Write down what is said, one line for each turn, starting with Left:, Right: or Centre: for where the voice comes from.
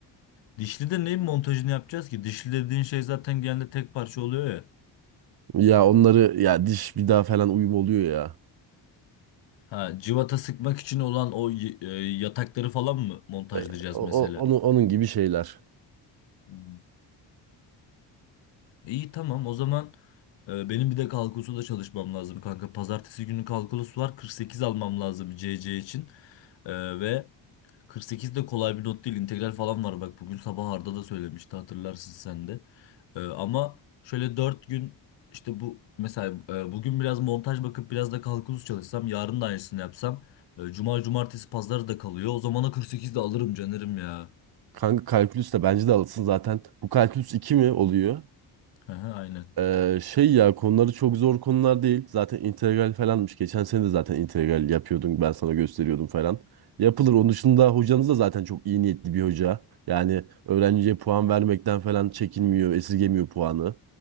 Left: Dişli de neyin montajını yapacağız ki? Dişli dediğin şey zaten genelde tek parça oluyor ya.
Right: Ya onları ya diş vida falan uyum oluyor ya.
Left: Ha, civata sıkmak için olan o y- e, yatakları falan mı montajlayacağız
Right: E, o,
Left: mesela?
Right: o- onun, onun gibi şeyler.
Left: Hmm. İyi tamam o zaman e, benim bir de kalkulusu da çalışmam lazım kanka. Pazartesi günü kalkulus var 48 almam lazım CC için. E, ve 48 de kolay bir not değil. İntegral falan var bak. Bugün sabah Arda da söylemişti hatırlarsın sen de. Ee, ama şöyle 4 gün işte bu mesela e, bugün biraz montaj bakıp biraz da kalkulus çalışsam yarın da aynısını yapsam e, cuma cumartesi pazarı da kalıyor. O zamana 48 de alırım canırım ya.
Right: Kanka kalkülüs de bence de alırsın zaten. Bu kalkülüs 2 mi oluyor?
Left: Hı hı, Aynen.
Right: Ee, şey ya konuları çok zor konular değil. Zaten integral falanmış. Geçen sene de zaten integral yapıyordun. Ben sana gösteriyordum falan. Yapılır. Onun dışında hocanız da zaten çok iyi niyetli bir hoca. Yani öğrenciye puan vermekten falan çekinmiyor, esirgemiyor puanı.